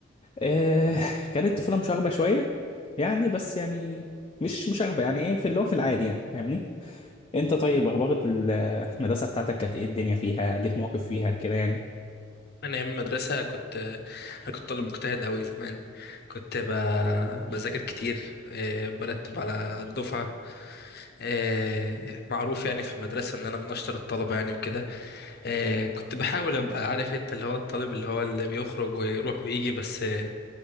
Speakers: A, on the left; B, on the left.
A: آه، كانت الطفوله مشاغبه شويه يعني بس يعني مش مشاغبه يعني ايه في اللي هو في العادي يعني فاهمني انت طيب اخبار المدرسه بتاعتك كانت ايه الدنيا فيها ليك مواقف فيها كده يعني
B: من أيام المدرسة كنت أنا كنت طالب مجتهد أوي زمان كنت ب... بذاكر كتير آه، برتب على الدفعة آه، معروف يعني في المدرسة إن أنا من أشطر الطلبة يعني وكده آه، كنت بحاول أبقى عارف أنت اللي هو الطالب اللي هو اللي بيخرج ويروح ويجي بس آه،